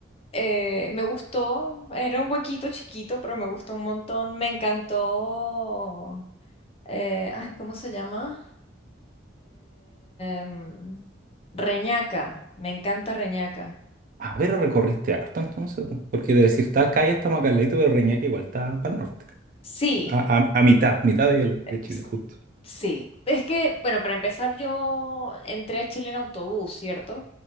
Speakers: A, on the left; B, on the right.
A: Eh, me gustó, era un huequito chiquito, pero me gustó un montón, me encantó, eh, ay, ¿cómo se llama? Em, Reñaca, me encanta Reñaca.
B: A ver, recorriste harto entonces, po, porque de decir tal calle estamos acá al ladito, pero Reñaca igual está para el norte,
A: Sí,
B: a, a- a mitad, mitad del- de, Chile,
A: s-
B: justo.
A: sí. Es que, bueno, para empezar, yo entré a Chile en autobús, ¿cierto?